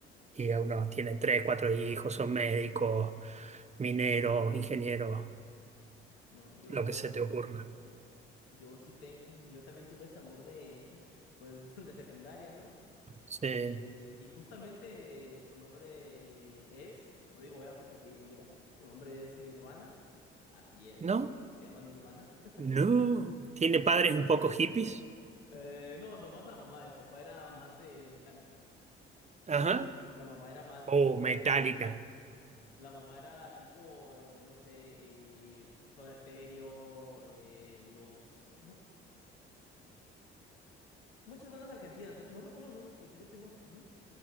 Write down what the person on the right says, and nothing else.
Y a unos tienen tres, cuatro hijos, son médicos, mineros, ingenieros,
lo que se te ocurra.
Sí.
¿No?
No. ¿Tiene padres un poco hippies?
Ajá.
Oh,
metálica